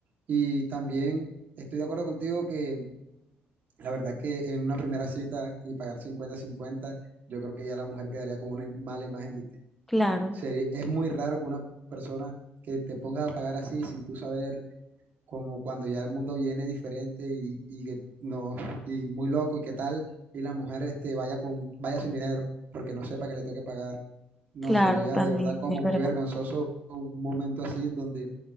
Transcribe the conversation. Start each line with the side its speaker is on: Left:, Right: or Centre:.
Right: Y también estoy de acuerdo contigo que la verdad que en una primera cita y pagar cincuenta cincuenta yo creo que ya la mujer quedaría con una im- mala imagen de ti
Centre: Claro,
Right: seri- es muy raro que una persona que te ponga a pagar así sin tú saber, como cuando ya el mundo viene diferente y, y que no, y muy loco y qué tal, y la mujer este, vaya con, vaya sin dinero porque no sepa que le toque pagar. No,
Centre: claro,
Right: sería
Centre: también
Right: de verdad como
Centre: es
Right: muy
Centre: verdad.
Right: vergonzoso un momento así en donde